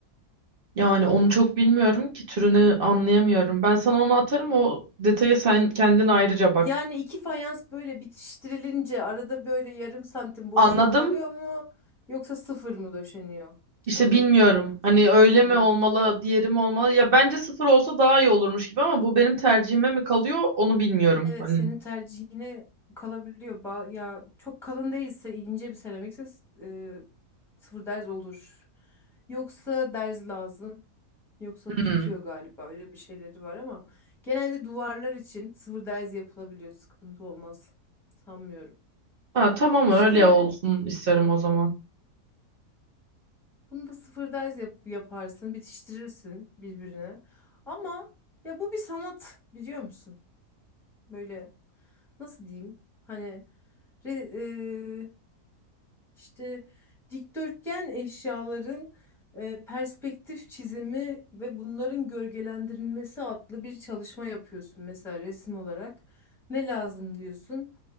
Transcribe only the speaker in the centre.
Yani iki fayans böyle bitiştirilince arada böyle yarım santim boşluk
kalıyor mu? Yoksa sıfır mı döşeniyor?
Onu
sormak istedim.
Anladım.
Evet
senin tercihine kalabiliyor. Ba- ya çok kalın değilse ince bir seramikse e, sıfır derz olur. Yoksa derz lazım. Yoksa tutuyor
galiba öyle bir şeyleri var ama genelde duvarlar için sıfır derz yapılabiliyor. Sıkıntı olmaz. Sanmıyorum.
İşte
bunu da sıfır derz yap- yaparsın, bitiştirirsin birbirine. Ama ya bu bir sanat biliyor musun? Böyle nasıl diyeyim? Hani Re, e, İşte dikdörtgen eşyaların e, perspektif çizimi ve bunların gölgelendirilmesi adlı bir çalışma yapıyorsun mesela resim olarak. Ne lazım diyorsun?